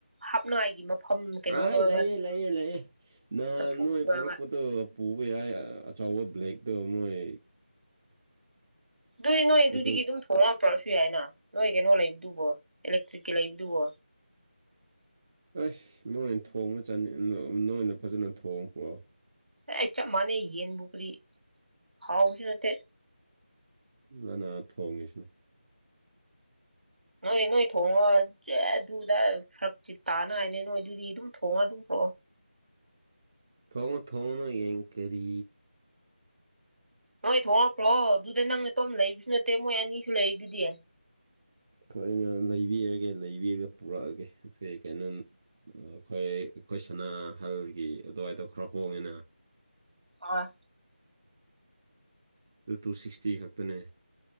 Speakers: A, on the right; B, on the right.
A: ꯍꯥꯞꯅꯉꯥꯏꯒꯤ ꯃꯐꯝ ꯀꯩꯅꯣꯗꯣ
B: ꯑꯩ
A: ꯍꯥꯏꯕ
B: ꯂꯩꯌꯦ ꯂꯩꯌꯦ ꯂꯩꯑꯦ ꯅꯍꯥꯟ
A: ꯆꯐꯨꯗꯣ
B: ꯅꯣꯏ ꯄꯨꯔꯛꯄꯗꯣ
A: ꯍꯥꯏꯕ
B: ꯄꯨꯕ ꯌꯥꯏ ꯑꯆꯧꯕ ꯕ꯭ꯂꯦꯛꯇꯣ ꯃꯣꯏ
A: ꯑꯗꯨꯏ ꯅꯣꯏ ꯑꯗꯨꯗꯒꯤ
B: ꯑꯗꯨ
A: ꯑꯗꯨꯝ ꯊꯣꯛꯂꯛꯇ꯭ꯔꯁꯨ ꯌꯥꯏꯅ ꯅꯣꯏ ꯀꯩꯅꯣ ꯂꯩꯕꯗꯨꯕꯣ ꯏꯂꯦꯛꯇ꯭ꯔꯤꯛꯀꯤ ꯂꯩꯕꯗꯨꯕꯣ
B: ꯑꯁ ꯅꯣꯏꯅ ꯊꯣꯡꯕ ꯆ ꯅꯣꯏꯅ ꯐꯖꯅ ꯊꯣꯡꯕ ꯄꯨꯔꯛꯑꯣ
A: ꯑꯩ ꯆꯞ ꯃꯅꯦ ꯌꯦꯟ ꯀꯔꯤ ꯍꯥꯎꯁꯨ ꯅꯠꯇ‌ꯦ
B: ꯑꯅꯥ ꯊꯣꯡꯉꯁꯤꯅ
A: ꯅꯣꯏ ꯅꯣꯏ ꯊꯣꯡꯉꯣ
B: ꯊꯣꯡꯉꫭ ꯊꯣꯡꯉꯅꯣ ꯅꫭꯏ ꯌꯦꯡ ꯀꯔꯤ
A: ꯅꯣꯏ ꯊꯣꯛꯂꯛꯈ꯭ꯔꯣ ꯑꯗꯨꯗ ꯅꯪꯅꯇꯣꯝꯅ ꯂꯩꯕꯁꯨ ꯅꯠꯇꯦ ꯃꯣꯏ ꯑꯅꯤꯁꯨ ꯂꯩꯔꯤꯗꯨꯗꯤ
B: <inaudible> ꯂꯩꯕꯤꯔꯒꯦ ꯂꯩꯕꯤꯔꯒꯦ ꯄꯨꯔꯛꯑꯒꯦ ꯀꯔꯤ ꯀꯅꯣ ꯑꯩꯈꯣꯏ ꯑꯩꯈꯣꯏ ꯁꯅꯥꯍꯜꯒꯤ ꯑꯗꯨꯋꯥꯏꯗ ꯈꯔ ꯍꯣꯡꯉꯦꯅ
A: ꯑꯣꯢ
B: ꯇꯨ ꯇꯨ ꯁꯤꯛꯁꯇꯤ ꯈꯛꯇꯅꯦ